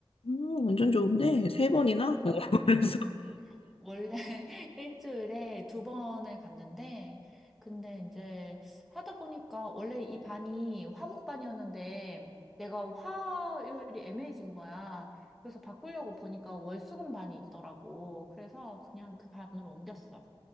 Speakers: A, on the left; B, in the centre.
A: 음, 완전 좋은데? 세 번이나?
B: 응.
A: 어, <laughs> 그래서.
B: 음, 원래 <laughs> 일주일에 두 번을 갔는데, 근데 이제 하다 보니까 원래 이 반이 화목반이었는데, 내가 화요일이 애매해진 거야. 그래서 바꾸려고 보니까 월수금 반이 있더라고. 그래서 그냥 그 반으로 옮겼어.